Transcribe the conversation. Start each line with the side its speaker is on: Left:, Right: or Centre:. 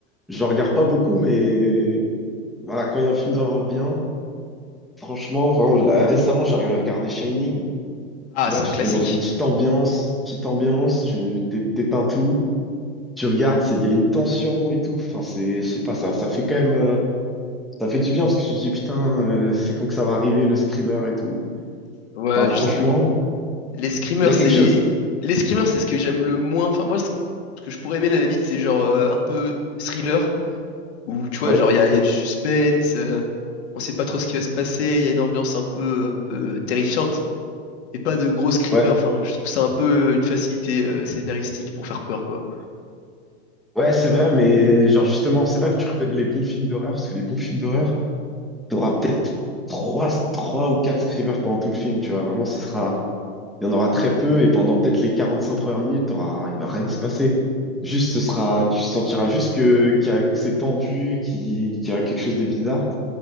Centre: je regarde pas beaucoup, mais Voilà, quand il y a un film d'horreur bien, franchement, vraiment, là, récemment, j'arrivais à regarder Shining.
Left: Ah,
Centre: Tu vois,
Left: c'est un
Centre: tu
Left: classique.
Centre: te mets dans une petite ambiance, petite ambiance, tu t'é- t'éteins tout, tu regardes, c'est- il y a une tension et tout. Enfin, c'est, je sais pas, ça, ça fait quand même, euh, ça fait du bien parce que tu te dis, putain, euh, c'est quand que ça va arriver, le screamer et tout.
Left: Ouais,
Centre: Enfin, franchement,
Left: justement. Les screamers,
Centre: il y a
Left: c'est
Centre: quelque chose.
Left: les screamers, c'est ce que j'aime le moins. Enfin moi, ce ce que je pourrais aimer à la limite, c'est genre euh, un peu thriller où tu vois,
Centre: Ouais,
Left: genre, il y a, il y a du suspense, euh, on sait pas trop ce qui va se passer, il y a une ambiance un peu, un peu terrifiante, et pas de gros screamers.
Centre: ouais,
Left: Enfin, je trouve ça un peu une facilité euh, scénaristique pour faire peur, quoi.
Centre: ouais, c'est vrai, mais genre, justement, c'est là que tu reconnais les bons films d'horreur, parce que les bons films d'horreur, t'auras peut-être trois, trois ou quatre screamers pendant tout le film, tu vois, vraiment, ce sera. Il y en aura très peu et pendant peut-être les 45 premières minutes, t'auras, il va rien se passer. Juste, ce sera, tu sentiras juste que, qu'il y a- que c'est tendu, qu'il, qu'il y a quelque chose de bizarre,